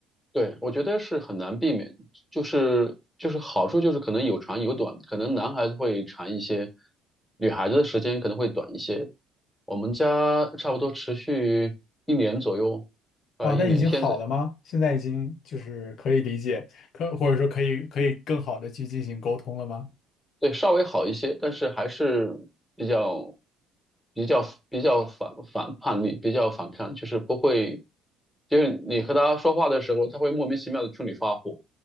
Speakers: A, in the centre; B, on the left.
A: 对，我觉得是很难避免，就是就是好处就是可能有长有短，可能男孩子会长一些，女孩子的时间可能会短一些。我们家差不多持续一年左右，呃，
B: 哦，
A: 一年。
B: 那已经好了吗？
A: 现在
B: 现在已经就是可以理解，可或者说可以可以更好的去进行沟通了吗？
A: 对，稍微好一些，但是还是比较、比较、比较反反叛逆，比较反抗，就是不会，就是你和他说话的时候，他会莫名其妙的冲你发火，